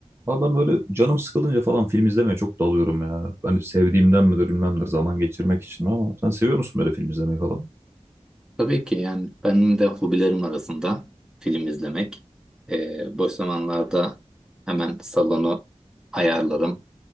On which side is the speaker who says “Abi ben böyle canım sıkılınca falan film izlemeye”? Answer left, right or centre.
Right